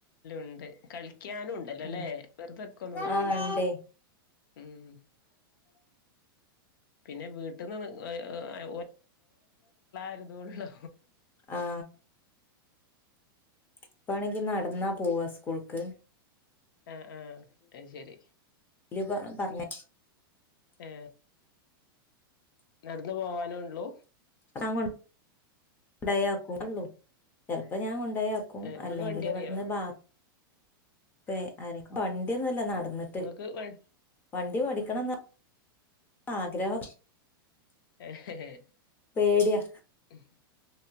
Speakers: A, on the left; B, on the left.
A: ണ്ട് ഡ്‌ കളി ക്യാനും ഉണ്ടല്ലോല്ലെ
B: ഉം
A: വെറുതൊക്കെ ഒന്നും വേണ്ട
B: ആഹ് ഇണ്ടേ
A: ഉം. പിന്നെ വീട്ടിൽന്ന് മ് ഏ ആ. ഒരിതോള്ളൂ
B: ആ. ഇപ്പ ആണെങ്കി നടന്നാ പോവ സ്കൂൾക്ക്.
A: ആ ആ അയിശരി
B: ല് ആ പറഞ്ഞെ
A: ഏ. നടന്ന് പോവാനൊള്ളൂ?
B: <unintelligible> ഉണ്ടായാ കൊള്ളൂ ചിലപ്പോ ഞാ ഉണ്ടായാക്കും
A: ഏഹ് നിങ്ങൾക്ക്
B: അല്ലെങ്കിൽ
A: വണ്ടി
B: ഇവിടുന്ന്
A: അറിയോ
B: ബ പേ അനക്ക് വണ്ടിയന്നല്ല നാ നടന്നിട്ട്
A: നിങ്ങൾക്ക് വ
B: വണ്ടി പഠിക്കണം ആഗ്രഹം
A: എഹെഹെ
B: പേടിയാ
A: ഉം